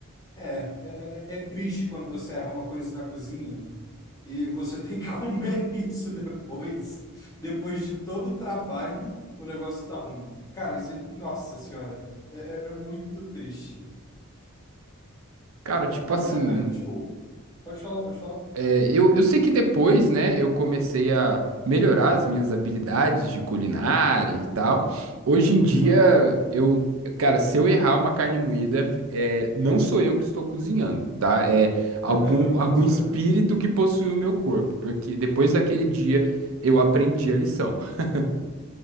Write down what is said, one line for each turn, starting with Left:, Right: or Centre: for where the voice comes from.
Left: é, é, é é é triste quando você erra uma coisa na cozinha e você tem que <laughs> comer isso depois. Depois de todo o trabalho, o negócio tá ruim. Cara, isso, é- nossa senhora, é, é é muito triste.
Right: Cara, tipo
Left: Mas
Right: assim,
Left: é, velho, tipo, pode falar, pode falar.
Right: É, eu, eu sei que depois, né, eu comecei a melhorar as minhas habilidades de culinária e tal. Hoje em dia,
Left: Aham,
Right: eu, cara, se eu errar uma carne moída, é, não sou eu que estou cozinhando, tá? É algum,
Left: <laughs> eu boto
Right: algum
Left: fé.
Right: espírito que possui o meu corpo, porque depois daquele dia eu aprendi a lição. <laughs>